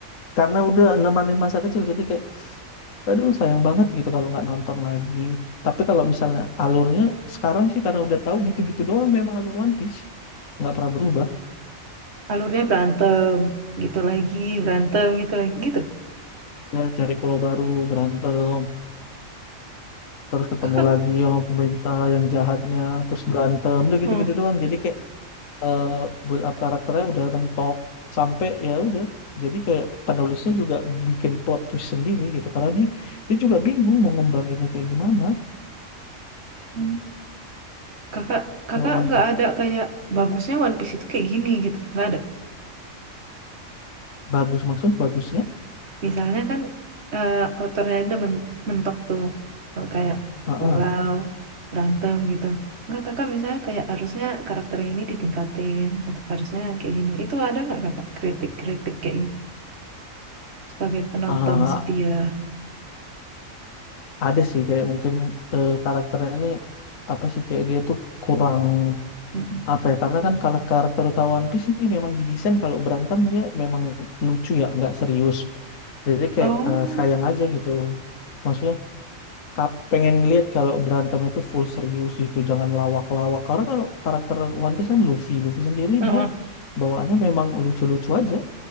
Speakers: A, on the left; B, on the right.
A: Karena udah nemanin masa kecil, jadi kayak, aduh sayang banget gitu kalau nggak nonton lagi. Tapi kalau misalnya alurnya sekarang sih karena udah tahu gitu-gitu doang memang alur One Piece. Nggak pernah berubah.
B: Alurnya berantem, gitu lagi, berantem, gitu lagi, gitu.
A: Ya, cari pulau baru, berantem, terus ketemu
B: Kakak,
A: lagi sama pemerintah yang jahatnya, terus berantem, udah gitu-gitu
B: hmm,
A: doang. Jadi kayak eh build up karakternya udah mentok sampai ya udah jadi kayak penulisnya juga bikin plot twist sendiri gitu karena dia dia juga bingung mau ngembanginnya kayak gimana
B: hmm. kakak, kakak
A: kalau One
B: enggak
A: Piece
B: ada kayak bagusnya One Piece itu kayak gini gitu. Enggak ada.
A: bagus maksudnya bagusnya
B: Misalnya kan eh autornya ada men- mentok tuh Eh, kayak
A: heeh.
B: pulau, berantem gitu. Enggak kakak misalnya kayak harusnya karakter ini ditingkatin atau harusnya kayak gini. Itu ada nggak kakak kritik-kritik kayak gitu sebagai penonton
A: Ah,
B: setia?
A: ada sih kayak mungkin eh, karakternya ini apa sih kayak dia tuh kurang
B: Mm-mm.
A: apa ya karena kan kalau karakter utama One Piece ini memang didesain kalau berantem dia memang lucu ya nggak serius jadi kayak
B: Oh,
A: eh, sayang aja gitu maksudnya Kap pengen lihat kalau berantemnya tuh full serius gitu, jangan lawak-lawak. Karena kalau karakter One Piece kan Luffy, Luffy sendiri
B: heeh.
A: dia bawaannya memang lucu-lucu aja,